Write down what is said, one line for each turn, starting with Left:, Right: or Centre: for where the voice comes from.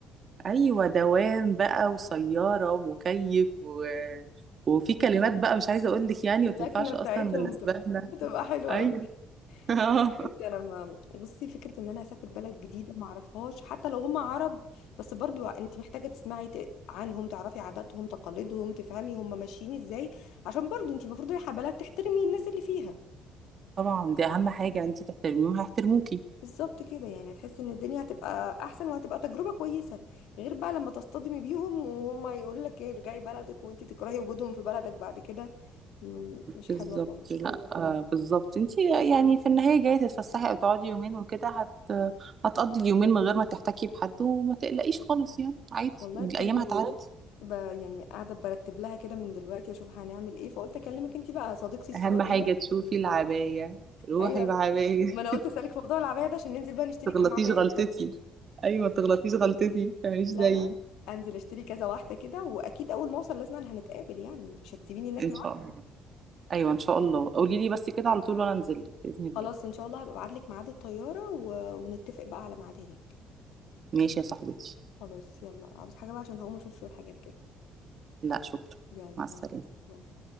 Right: ايوه دوام بقى وسياره ومكيف و... وفي كلمات بقى مش عايزه اقول لك يعني
Left: <laughs> اللكنه
Right: ما تنفعش
Left: بتاعتهم
Right: اصلا بالنسبه
Left: بتبقى
Right: لنا
Left: بتبقى حلوه
Right: ايوه
Left: قوي
Right: <laughs>
Left: بجد انا ما بصي فكره ان انا اسافر بلد جديده ما اعرفهاش حتى لو هم عرب بس برضو انت محتاجه تسمعي ت- عنهم تعرفي عاداتهم تقاليدهم تفهمي هم ماشيين ازاي عشان برضو انت المفروض رايحه بلد تحترمي الناس اللي فيها
Right: طبعا دي اهم حاجه يعني انت تحترميهم هيحترموكي
Left: بالظبط كده يعني هتحسي ان الدنيا هتبقى احسن وهتبقى تجربه كويسه غير بقى لما تصطدمي بيهم وهم يقول لك إيه، ارجعي بلدك وانت تكرهي وجودهم في بلدك بعد كده م- مش
Right: بالظبط
Left: حلوه خالص
Right: لا آه، بالظبط انت يعني في النهاية جاية تتفسحي او تقعدي يومين وكده هت... هتقضي اليومين من غير ما تحتكي بحد وما تقلقيش خالص يعني عادي
Left: والله
Right: الايام
Left: بجد يعني
Right: هتعدي
Left: ب... يعني قاعده برتب لها كده من دلوقتي اشوف هنعمل ايه فقلت اكلمك انت بقى صديقتي السعوديه
Right: اهم حاجة تشوفي العباية روحي
Left: ايوه
Right: بعباية
Left: ما انا قلت اسالك في موضوع العبايه ده عشان ننزل بقى
Right: <laughs>
Left: نشتري
Right: تغلطيش
Left: كام عبايه
Right: غلطتي
Left: بجد كده
Right: ايوه ما تغلطيش غلطتي ما تعمليش زيي
Left: لا لا انزل اشتري كذا واحده كده واكيد اول ما اوصل لازم هنتقابل يعني مش هتسيبيني هناك
Right: ان
Left: لوحدي
Right: شاء الله ايوه ان شاء الله قولي لي بس كده على طول وانا انزل لك باذن الله
Left: خلاص ان شاء الله هبقى ابعت لك ميعاد الطياره و... ونتفق بقى على ميعاد هناك
Right: ماشي يا صاحبتي
Left: خلاص يلا عاوز حاجه بقى عشان هقوم اشوف شويه حاجات كده
Right: لا شكرا
Left: يلا
Right: مع السلامة
Left: باي باي.